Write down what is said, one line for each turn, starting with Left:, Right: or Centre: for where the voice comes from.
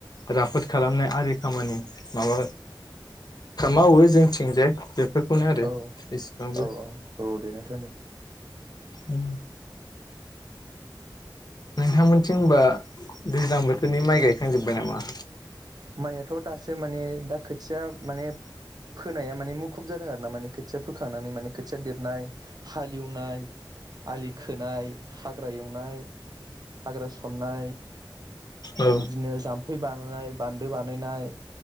Left: राफोद खालामनाय आरि खामानि माबा मावो जोंथिंजाय। बेफोरखौनो आरो
Right: औ
Left: बेसेबांबो
Right: औ औ दे नोंथां दे
Left: उम नोंथांमोनथिं होनबा दैज्लां बोसोरनि माइ गायखांजोब्बाय नामा?
Right: माइयाथ' दास सो माने दा खोथिया माने फोनाया माने मुखुब जादों आरो ना माने खोथिया फोखांनानै माने खोथिया देरनाय हाल एवनाय आलि खोनाय हाग्रा एनाय हाग्रा सननाय
Left: औ
Right: बिदिनो जामफै बा फ्राय बान्दो बानायनाय